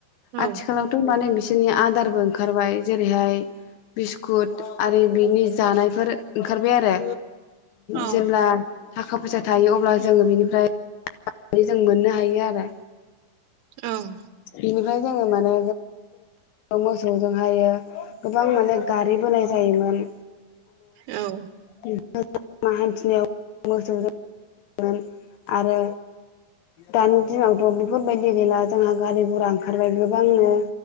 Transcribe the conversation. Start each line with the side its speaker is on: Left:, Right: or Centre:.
Right: औ
Left: आथिखालावथ' माने बिस नि आदारबो ओंखारबाय जेरैहाय बिस्कुट आरो बिनि जानायफोर ओंखारबाय आरो।
Right: ओं औ औ
Left: जेब्ला थाखा फैसा थायो अब्ला जोङो बेनिफ्राय नानै जों मोननो हायो आरो।
Right: ओं।
Left: बिनिफ्राय जोङो माने मोसौजोंहायो गोबां माने गारि बोनाय जायोमोन।
Right: औ
Left: बिलामा हान्थिनायाव मोसौजों आरो दानि दिनावथ बेफोरबायदि गैला जोंहा गारि गुरा ओंखारबाय गोबांनो।